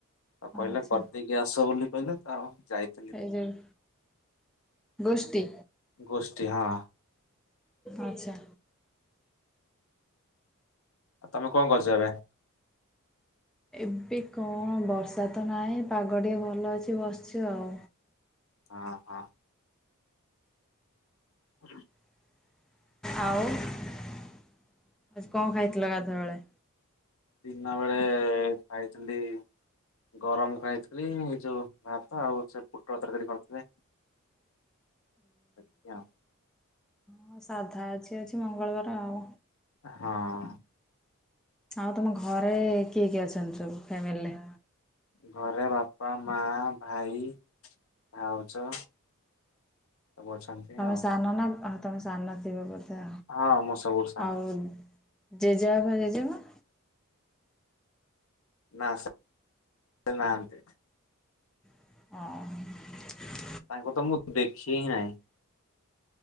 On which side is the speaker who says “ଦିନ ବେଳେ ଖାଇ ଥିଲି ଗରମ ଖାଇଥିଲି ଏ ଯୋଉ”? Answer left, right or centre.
Left